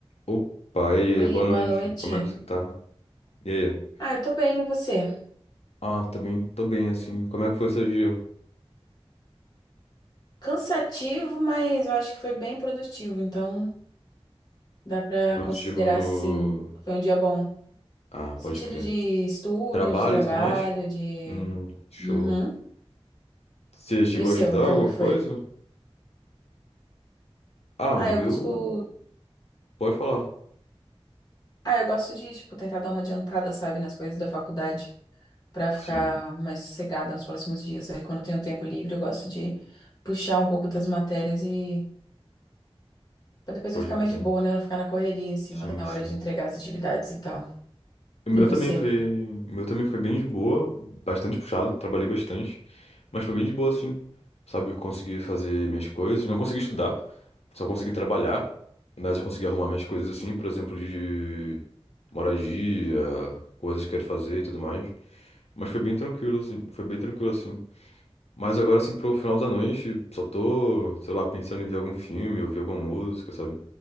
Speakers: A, on the left (about 85°); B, on the left (about 40°).
A: Opa, e
B: Oi,
A: aí, boa noite,
B: boa noite.
A: como é que você tá? E aí?
B: Ah, eu tô bem, e você?
A: Ah, também tô bem, assim. Como é que foi seu dia?
B: Cansativo, mas eu acho que foi bem produtivo, então dá pra
A: Produtivo
B: considerar
A: no.
B: sim. Foi um dia bom. No
A: Ah, pode
B: sentido
A: crer.
B: de estudo,
A: Trabalho
B: de trabalho,
A: e tudo mais?
B: de.
A: Hum, show.
B: Uhum.
A: Você chegou
B: E o seu,
A: a estudar
B: como
A: alguma
B: que foi?
A: coisa? Ah,
B: Ah,
A: o meu.
B: eu busco.
A: Pode falar.
B: Ah, eu gosto de, tipo, tentar dar uma adiantada, sabe, nas coisas da faculdade, pra ficar
A: Sim,
B: mais sossegada nos próximos dias. Aí, quando eu tenho tempo livre, eu gosto de puxar um pouco das matérias e Pra depois
A: pode
B: eu ficar
A: crer.
B: mais de boa, né? Não ficar na correria em cima
A: Sim,
B: da
A: sim.
B: hora de entregar as atividades e tal.
A: O meu
B: E você?
A: também foi. O meu também foi bem de boa, bastante puxado, trabalhei bastante. Mas foi bem de boa, assim. Sabe, eu consegui fazer minhas coisas. Não consegui estudar, só consegui trabalhar. Mas eu consegui arrumar minhas coisas, assim, por exemplo, de moradia, coisas que quero fazer e tudo mais. Mas foi bem tranquilo, assim. Foi bem tranquilo, assim. Mas agora, assim, pro final da noite, só tô, sei lá, pensando em ver algum filme, ouvir alguma música, sabe? O